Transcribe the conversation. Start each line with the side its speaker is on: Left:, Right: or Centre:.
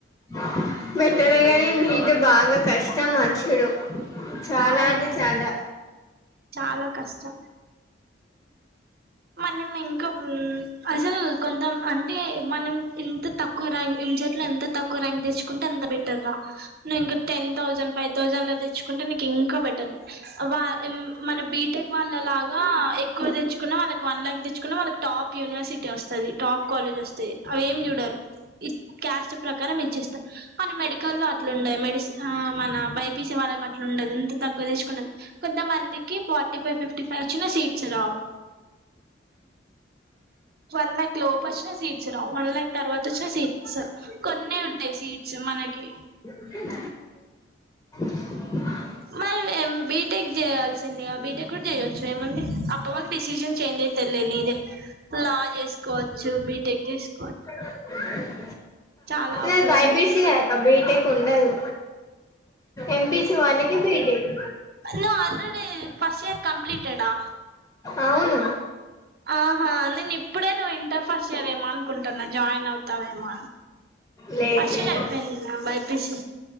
Left: ఆ బెటర్ గాని నీట్ బాగా కష్టం మచ్చడు చాలా
Right: అవును
Left: అంటే చాలా
Right: చాలా కష్టం మనం ఇంకా బుల్ అసలు కొంతం అంటే మనం ఇంత తక్కువ ర్యాంక్ల్ జోట్ల ఎంత తక్కువ ర్యాంక్ తెచ్చుకుంటే అంత బెటర్ రా నువ్ ఇంక టెన్ థౌసండ్, ఫైవ్ థౌసండ్ ల తెచ్చుకుంటే ని కింకా బెటర్ వ ఇమ్ మన బిటెక్ వాళ్ళ లాగా ఎక్కువ తెచ్చుకున్నా వా వన్ ల్యాక్ తెచ్చుకున్నా వాళ్ళకి టాప్ యూనివర్సిటీ వస్తది. టాప్ కాలేజ్ వస్తు అవి ఏం చూడరు. ఇస్ క్యాస్ట్ ప్రకారం ఇచ్చిస్తారు మన మెడికల్ల్లో అట్లుండయి మెడి మన బైపీస వా మనకు అట్ల ఉండదు ఎంత తక్కువ తీసుకుంటదు కొంత మందికి ఫార్టీ ఫైవ్, ఫిఫ్టీ ఫైవ్ వచ్చిన సీట్స్ రావు. వన్ లాక్ లోపు వచ్చినా సీట్స్ రావు, వన్ ల్యాక్ తర్వాత వచ్చినా సీట్స్ కొన్ని ఉంటాయి సీట్స్ మనకి
Left: అ ఉవ్వ
Right: మరి బీటెక్ చేయాల్సిందిగా బీటెక్ కూడా చేయ్యచ్చు ఏముంది అప్ప వాళ్ళ డిసిజన్ చేంజ్ అయి తెదు లే నిదే లా చేసుకోవచ్చు, బీటెక్ చేసుకోవచ్చు.
Left: అ
Right: చాలా ఆపర్చునిటీస్
Left: ఎ బైపిసి ఒక బీటెక్ కుండదు ఎంపీసి వాలకి బిటెక్
Right: నువ్ ఆల్రెడి ఫస్ట్ ఇయర్ కంప్లీటెడా?
Left: అవును
Right: ఆహా నేను ఇప్పుడే నువ్వు ఇంటర్ ఫస్ట్ ఇయర్ ఏమ అనుకుంటున్నా జాయిన్ అవుతావేమో
Left: లేదు
Right: పషలు
Left: లేదు
Right: అయిపోయింది బైపిసి